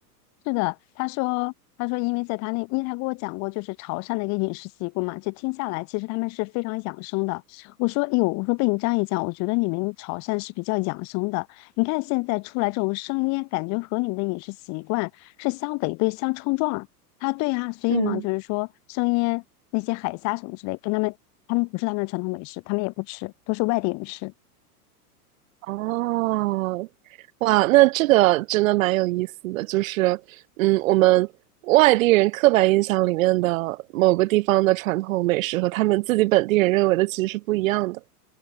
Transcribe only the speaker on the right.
嗯
哦，哇，那这个真的蛮有意思的，就是，嗯，我们外地人刻板印象里面的某个地方的传统美食和他们自己本地人认为的其实是不一样的。